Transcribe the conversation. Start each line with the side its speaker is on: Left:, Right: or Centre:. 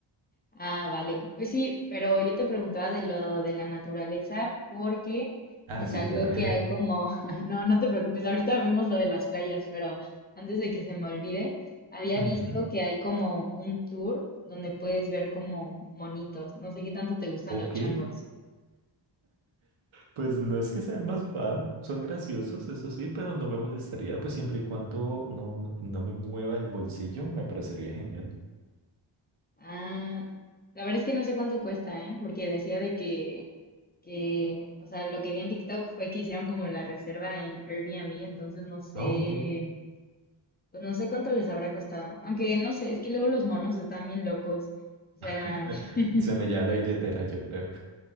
Left: Ah, vale. Pues sí, pero yo te preguntaba de lo de la naturaleza porque
Right: Ah,
Left: me
Right: sí,
Left: salió
Right: claro. <laughs>
Left: que hay como, <laughs> no, no te preocupes, ahorita vemos lo de las playas, pero antes de que se me olvide, había
Right: Ujú.
Left: visto que hay como un tour donde puedes ver como monitos. No sé qué tanto te gustan
Right: Ok,
Left: los changos.
Right: pues no es que sea el más fan, son graciosos, eso sí, pero no me molestaría, pues siempre y cuando no, no me mueva el bolsillo, me parecería genial.
Left: Ah, la verdad es que no sé cuánto cuesta, ¿eh? Porque decía de que, que, o sea, lo que vi en TikTok fue que hicieron como la reserva en Airbnb, entonces no sé.
Right: Ah, ok.
Left: Pues no sé cuánto les habrá costado. Aunque no sé, es que luego los monos están bien locos. O sea,
Right: <laughs>
Left: <laughs>
Right: Se me lleva la billetera, yo creo.